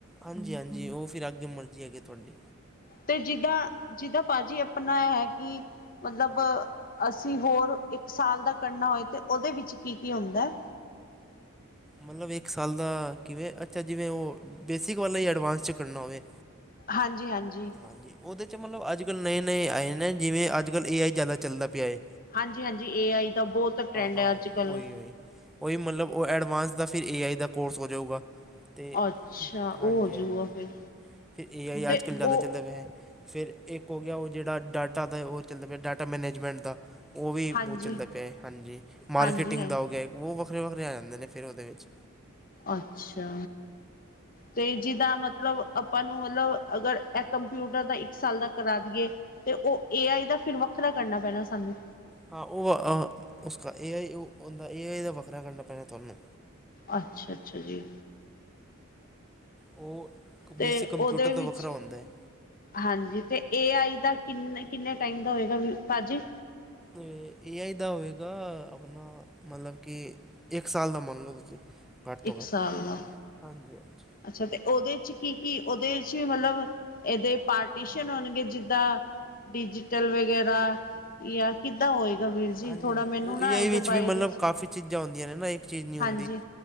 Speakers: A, in the centre; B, on the left.
A: ਹਾਂਜੀ ਹਾਂਜੀ ਉਹ ਫਿਰ ਅੱਗੇ ਮਰਜ਼ੀ ਹੈਗੀ ਹੈ ਤੁਹਾਡੀ
B: ਤੇ ਜਿੱਦਾਂ ਜਿਦਾਂ ਭਾਜੀ ਆਪਣਾ ਏਹ ਹੈ ਕਿ ਮਤਲਬ ਅਸੀਂ ਹੋਰ ਇੱਕ ਸਾਲ ਦਾ ਕਰਨਾ ਹੋਏ ਤੇ ਉਹਦੇ ਵਿੱਚ ਕੀ-ਕੀ ਹੁੰਦਾ ਐ।
A: ਮਤਲਬ ਇੱਕ ਸਾਲ ਦਾ ਕਿਵੇਂ ਅੱਛਾ ਜਿਵੇਂ ਉਹ ਬੇਸਿਕ ਵਾਲਾ ਹੀ ਐਡਵਾਂਸ 'ਚ ਕਰਨਾ ਹੋਵੇ।
B: ਹਾਂਜੀ-ਹਾਂਜੀ।
A: ਹਾਂਜੀ ਉਹਦੇ ਚ ਮਤਲਬ ਅੱਜ ਕੱਲ ਨਏ-ਨਏ ਆਏ ਨੇ ਜਿਵੇਂ ਅੱਜ ਕੱਲ ਏ ਆਈ ਜਿਆਦਾ ਚੱਲਦਾ ਪਿਆ ਐ।
B: ਹਾਂਜੀ-ਹਾਂਜੀ ਏ ਆਈ ਦਾ ਬਹੁਤ ਟਰੈਂਡ
A: ਹਾਂ
B: ਹੈ ਅੱਜ ਕੱਲ੍ਹ।
A: ਉਹੀ ਉਹੀ ਉਹੀ ਮਤਲਬ ਉਹ ਐਡਵਾਂਸ ਦਾ ਫਿਰ ਏ ਆਈ ਦਾ ਕੋਰਸ ਹੋ ਜਾਊਗਾ। ਤੇ
B: ਅੱਛਾ ਉਹ
A: ਹਾਂਜੀ-ਹਾਂਜੀ
B: ਹੋਜੂਗਾ ਫਿਰ
A: ਫਿਰ ਏ ਆਈ
B: ਤੇ
A: ਆਜ। ਜ਼ਿਆਦਾ
B: ਉਹ
A: ਚੱਲਿਆ ਪਿਆ ਫਿਰ ਇੱਕ ਹੋ ਗਿਆ। ਉਹ ਜਿਹੜਾ ਡਾਟਾ ਦਾ ਉਹ ਚੱਲਦਾ ਪਿਆ ਡਾਟਾ ਮੈਨੇਜਮੈਂਟ ਦਾ। ਉਹ ਵੀ ਬਹੁਤ
B: ਹਾਂਜੀ
A: ਚੱਲਦਾ ਪਿਆ ਹੈ ਹਾਂਜੀ ਮਾਰਕੀਟਿੰਗ
B: ਹਾਂਜੀ ਹਾਂਜੀ
A: ਦਾ ਹੋ ਗਿਆ। ਉਹ ਵੱਖਰੇ-ਵੱਖਰੇ ਆ ਜਾਂਦੇ ਨੇ ਫਿਰ ਉਹਦੇ ਵਿੱਚ।
B: ਅੱਛਾ। ਤੇ ਜਿਦਾ ਮਤਲਬ ਆਪਾਂ ਨੂੰ ਮਤਲਬ ਅਗਰ ਐ ਕੰਪਿਊਟਰ ਦਾ ਇੱਕ ਸਾਲ ਦਾ ਕਰਾ ਦਈਏ। ਤੇ ਉਹ ਏ ਆਈ ਦਾ ਫਿਰ ਵੱਖਰਾ ਕਰਨਾ ਪੈਣਾ ਸਾਨੂੰ।
A: ਹਾਂ ਉਹ ਆ ਉਸਕਾ ਏ ਆਈ ਓ ਏ ਆਈ ਦਾ ਵੱਖਰਾ ਕਰਨਾ ਪੈਣਾ ਤੁਹਾਨੂੰ।
B: ਅੱਛਾ-ਅੱਛਾ ਜੀ।
A: ਉਹ
B: ਤੇ
A: ਬੇਸਿਕ ਕੰਪਿਊਟਰ
B: ਉਹਦੇ
A: ਤੋਂ
B: ਵਿੱਚ
A: ਵੱਖਰਾ ਹੁੰਦਾ ਹੈ।
B: ਹਾਂਜੀ ਤੇ ਏ ਆਈ ਦਾ ਕਿੰਨੇ-ਕਿੰਨੇ ਟਾਈਮ ਦਾ ਹੋਏਗਾ ਭਾਜੀ।
A: ਏ ਆਈ ਦਾ ਹੋਵੇਗਾ ਆਪਣਾ ਮਤਲਬ ਕਿ ਇੱਕ ਸਾਲ ਦਾ ਮੰਨ ਲਉ ਤੁਸੀਂ ਘੱਟ ਤੋਂ
B: ਇੱਕ ਸਾਲ
A: ਘੱਟ।
B: ਦਾ
A: ਹਾਂਜੀ ਹਾਂਜੀ।
B: ਅੱਛਾ ਤੇ ਉਹਦੇ ਚ ਕੀ ਕੀ ਉਹਦੇ ਚ ਵੀ ਮਤਲਬ ਇਹਦੇ ਪਾਰਟੀਸ਼ਨ ਹੋਣਗੇ ਜਿੱਦਾਂ ਡਿਜੀਟਲ ਵਗੈਰਾ। ਯਾਰ ਕਿੱਦਾਂ ਹੋਏਗਾ ਵੀਰ ਜੀ
A: ਹਾਂਜੀ
B: ਥੋੜ੍ਹਾ
A: ਹਾਂਜੀ
B: ਮੈਨੂੰ
A: ਉਹ
B: ਨਾ
A: ਏ ਆਈ
B: ਇਹਦੇ
A: ਵਿੱਚ
B: ਬਾਏ
A: ਵੀ ਮਤਲਬ
B: ਦੇ
A: ਕਾਫੀ ਚੀਜ਼ਾਂ ਹੁੰਦੀਆਂ ਨੇ ਨਾ ਇੱਕ ਚੀਜ਼ ਨਹੀਂ ਹੁੰਦੀ
B: ਹਾਂਜੀ